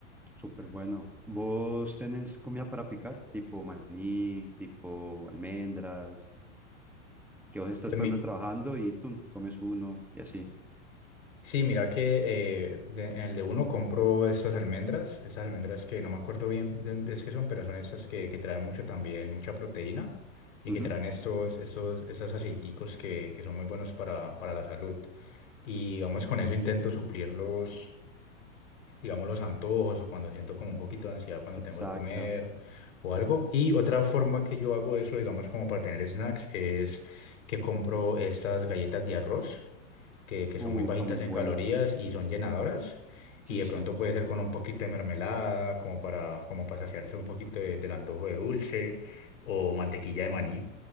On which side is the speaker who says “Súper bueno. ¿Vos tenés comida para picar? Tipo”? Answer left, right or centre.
Centre